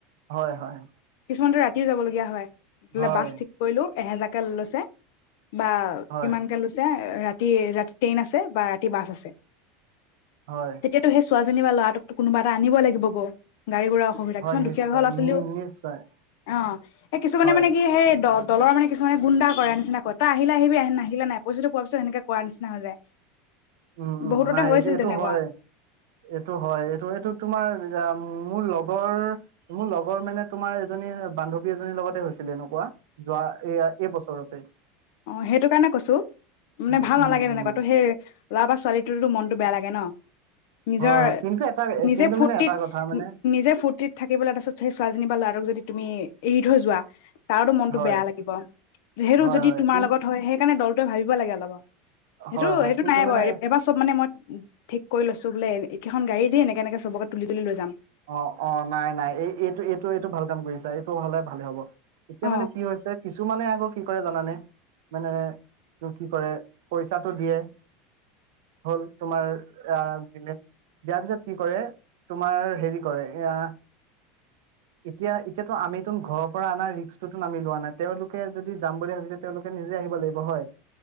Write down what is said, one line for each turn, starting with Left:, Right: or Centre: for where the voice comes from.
Right: হয় হয়
Left: কিছুমান টো ৰাতি ৰাতিও যাবলগীয়া হয়। ফালে
Right: হয়
Left: বাছ ঠিক কৰিলো এহেজাৰ কেললছে বা
Right: হয়
Left: কিমানকে লৈছে ৰাতি? তি ৰাতি ট্ৰেইন আছে, বা ৰাতি বাছ আছে।
Right: হয়
Left: তেতিয়াটো সেই ছোৱালী যেনিবা ল'ৰাটোকতো কোনোবা এটা আনিব লাগিব গ'। গাড়ী ঘুৰা অসুবিধা।
Right: হয়
Left: কিছুমান দুখীয়া
Right: নিশ্চয়
Left: ঘৰৰ ল'ৰা ছোৱালীও,
Right: নি নিশ্চয়
Left: অহ। এই কিছুমানে
Right: হয়
Left: মানে কি সেই দ- দলৰ মানে কিছুমানে গুন্ডা কৰা নিচিনা কয়। তই আহিলে আহিবি আহি নাহিলে নাই। পইচাটো পোৱাৰ পিছত এনেকে কৰোৱাৰ নিচিনা হৈ যায়।
Right: উম উম,
Left: বহুততে
Right: নাই,
Left: হৈছিল
Right: এইটো এইটো
Left: তেনেকুৱা
Right: হয়। এইটো হয়, এইটো এইটো, তোমাৰ ৰা ম মোৰ লগৰ, মোৰ লগৰ মানে তোমাৰ এজনী, বান্ধৱী এজনীৰ লগতে হৈছিলে এনেকুৱা। যোৱা এয়া এই বছৰতে।
Left: অহ, সেইটো কাৰণে কৈছোঁ, মানে
Right: উম
Left: ভাল
Right: উম
Left: নালাগে তেনেকুৱ
Right: উম
Left: তো সেই- ল'ৰা বা ছোৱালীটোৰো মনটো বেয়া লাগে। ন নিজৰ,
Right: হয় হয় কিন্তু এটা
Left: নিজে
Right: কিন্তু
Left: ফূুৰ্তিত,
Right: মানে এটা কথা মানে
Left: নি নিজে ফূুৰ্তিত থাকিবলৈ তাৰ পিছত সেই ছোৱালীজনী বা ল'ৰাটোক যদি তুমি- এৰি থৈ যোৱা। তাৰটো মনতটো
Right: হয়
Left: বেয়া লাগিব। সেইটো
Right: হয়
Left: যদি-
Right: হয়
Left: তোমাৰ
Right: কিন
Left: লগত হয়, সেইকাৰণে দল। ত ভাবিব লাগে অলাব। সেইটো,
Right: হয় হয়
Left: সেইটো
Right: কিন্তু
Left: নাই
Right: মানে
Left: এবাৰ চব মানে মই ঠিক কৰি লৈছোঁ বোলে- এইকেখন গাড়ী দি, এনেকে এনেকে চবকে তুলি তুলি লৈ যাম।
Right: অ অ, নাই নাই, এই এইটো এইটো এইটো, ভাল কাম কৰিছা। এইটো হ'লে ভালে হ'ব। এতিয়া
Left: অ
Right: মানে কি হৈছে, কিছুমানে আকৌ কি। কি কৰে জানে? মানে কি কৰে, পইচাটো দিয়ে, হ'ল‌, তোমাৰ আ দিলে, দিয়াৰ পিছত কি কৰে, তোমাৰ- হেৰি কৰে, এয়া- এতিয়া এতিয়াতো আমিতোন ঘৰৰ পৰা অনা ৰিস্কটোতোন আমি লোৱা নাই। তেওঁলোকে যদি যাম বুলি ভাবিছে তেওঁলোকে নিজে আহিব লাগিব হয়।